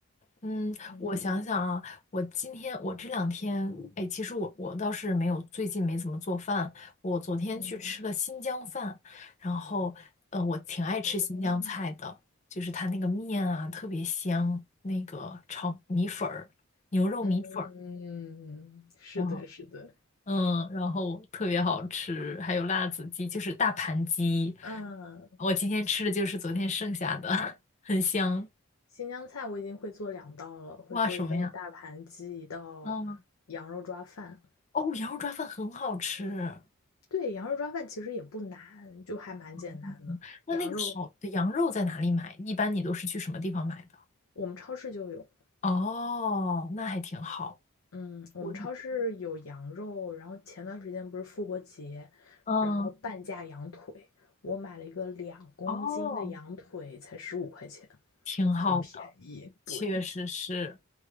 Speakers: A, on the left; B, on the left.
A: 嗯，
B: 嗯嗯。
A: 我想想啊，我今天我这两天，哎，其实我我倒是没有，最近没怎么做饭。我昨天去吃了新疆饭，
B: 嗯
A: 然后，呃，我挺爱吃新疆菜的，
B: 嗯
A: 就是它那个面啊特别香，那个炒米粉儿、牛肉米粉儿。
B: 嗯，是的，
A: 然后。
B: 是的。
A: 嗯，然后特别好吃，还有辣子鸡，就是大盘鸡。
B: 嗯，
A: 我今天吃的就是昨天剩下的，<laughs> 很香。
B: 新疆菜我已经会做两道了，会做一道大盘鸡，
A: 哇，什么呀？
B: 一道羊肉抓饭。
A: 嗯，哦，羊肉抓饭很好吃。
B: 对，羊肉抓饭其实也不难，就还蛮简单的。
A: 嗯那那个好的羊肉在哪里买？
B: 羊肉
A: 一般你都是去什么地方买的？
B: 我们超市就有，
A: 哦，那还挺好。
B: 嗯，我们超市有羊肉，
A: 我觉
B: 然后前段时间不是复活节，
A: 嗯，
B: 然后半价羊腿，我买了一个两公斤的羊腿，
A: 哦，
B: 才十五块钱，
A: 挺好的，
B: 很便宜。
A: 确实是。
B: 对，